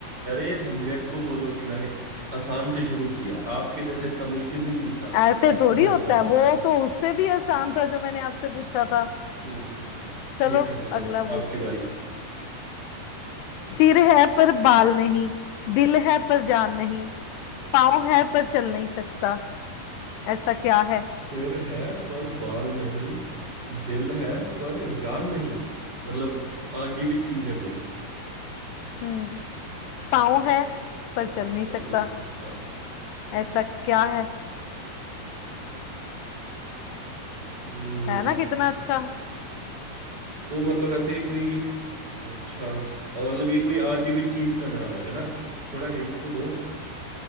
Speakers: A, on the right (about 25°); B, on the left (about 80°).
A: अरे मेरे को बोलो कि मैंने आसान से शुरू किया है आपके जैसे इतना मुश्किल नहीं पूछा कि
B: ऐसे
A: कौन सा
B: थोड़ी
A: घर
B: होता
A: चलता
B: है वो
A: है
B: तो उससे भी आसान था जो मैंने आपसे पूछा था
A: हम्म
B: चलो
A: ठीक है चलो
B: अगला पूछते
A: आपकी
B: हैं
A: बारी
B: सिर है पर बाल नहीं दिल है पर जान नहीं पाँव है पर चल नहीं सकता ऐसा क्या है
A: सिर है पर बाल नहीं दिल है पर जान नहीं मतलब आजीवित चीज है
B: हम्म पाँव
A: कोई
B: है पर
A: पर
B: चल नहीं
A: चल
B: सकता
A: नहीं सकता
B: ऐसा क्या है
A: हम्म
B: है ना कितना अच्छा
A: तो मतलब ऐसे कोई अच्छा अ, मतलब ये कोई आजीवित चीज का नाम है है ना थोड़ा हिंट तो दो